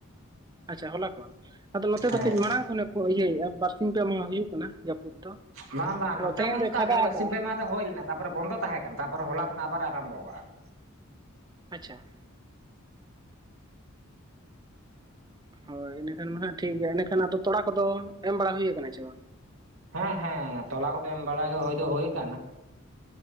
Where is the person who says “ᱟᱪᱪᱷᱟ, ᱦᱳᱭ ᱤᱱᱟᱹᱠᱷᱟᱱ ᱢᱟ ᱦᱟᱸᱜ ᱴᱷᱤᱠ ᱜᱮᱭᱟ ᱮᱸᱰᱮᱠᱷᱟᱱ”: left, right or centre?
Right